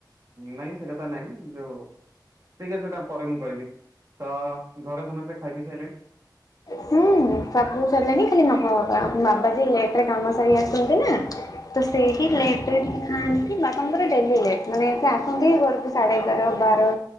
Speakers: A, on the right; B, on the left.
A: ନହି ସେକତା ନାହିଁ ଯଉ ଠିକ୍ ଅଛି ସେଟା ପରେ ମୁଁ କହିବି ତ ଘରେ ସମସ୍ତେ ଖାଇ ପିଇ ସାଇଲେଣି?
B: ହୁଁ ସବୁ ସରିଲାଣି ଖାଲି ମାମ ବାବା ଓକେ। ବାବାଜୀ ଲେଟ୍ରେ କାମ ସାରି ଆସନ୍ତି ନା ତ ସେ
A: ହୁଁ
B: ହିଁ
A: ହୁଁ
B: ଲେଟ୍ରେ ଟିକେ ଖାଆନ୍ତି। ବାପାଙ୍କର ଡେଲି ଲେଟ ମାନେ ସେ ଆସନ୍ତି ଘରକୁ ସାଢେ ଏଗାର ବାର